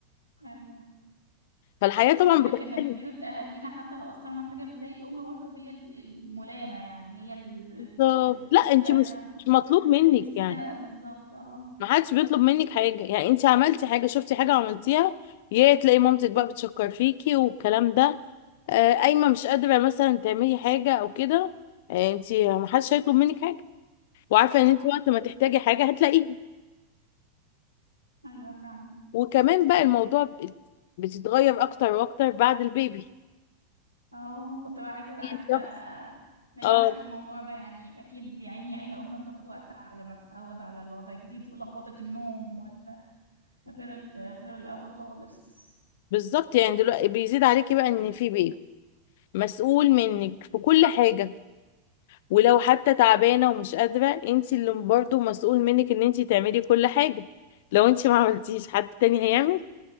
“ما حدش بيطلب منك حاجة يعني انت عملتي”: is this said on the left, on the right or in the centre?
Left